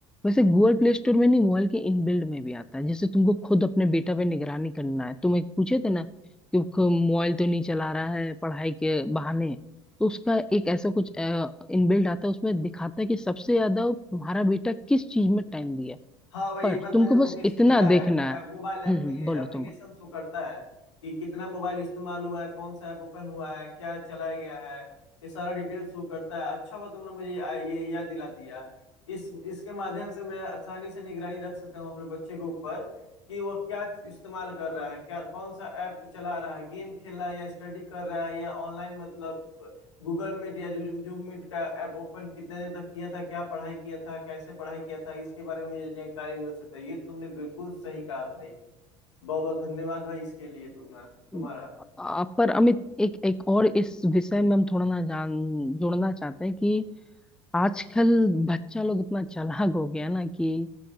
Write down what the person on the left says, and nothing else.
हाँ भाई
ये बात
मैंने नोटिस
किया है
मोबाइल ऐप
में ये
एप्लीकेशन
शो करता है कि कितना मोबाइल इस्तेमाल हुआ है कौन सा ऐप ओपन हुआ है क्या चलाया गया है ये सारा डिटेल शो करता है अच्छा हुआ तुमने मुझे ये ये याद दिला दिया इस इसके माध्यम से मैं आसानी से निगरानी रख सकता हूँ अपने बच्चे के ऊपर कि वह क्या इस्तेमाल कर रहा है क्या कौन सा ऐप चला रहा है गेम खेल रहा है या स्टडी कर रहा है या ऑनलाइन मतलब गूगल मीट या जू- जूम मीट का ऐप ओपन कितने देर तक किया था क्या पढ़ाई किया था कैसे पढ़ाई किया था इसके बारे में मुझे जानकारी मिल सकता है ये तुमने बिल्कुल सही कहा भाई बहुत बहुत धन्यवाद भाई इसके लिए तुमने तुम्हारा